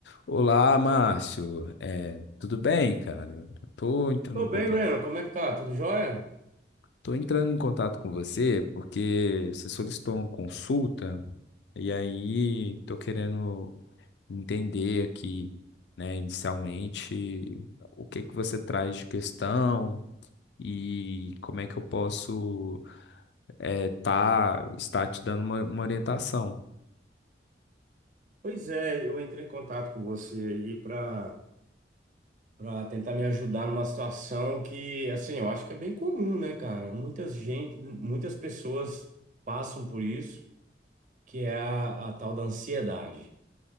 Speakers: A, on the left; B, on the right.
A: Olá, Márcio. É, tudo bem, cara? Tô entrando
B: Tô
A: em contato,
B: bem, Breno. Como é que tá? Tudo jóia?
A: tô entrando em contato com você porque você solicitou uma consulta e aí tô querendo entender aqui, né, inicialmente, o que que você traz de questão e como é que eu posso é, tá, estar te dando uma, uma orientação.
B: Pois é, eu entrei em contato com você aí para para tentar me ajudar numa situação que, assim, eu acho que é bem comum, né, cara? Muitas gente, muitas pessoas passam por isso, que é a, a tal da ansiedade.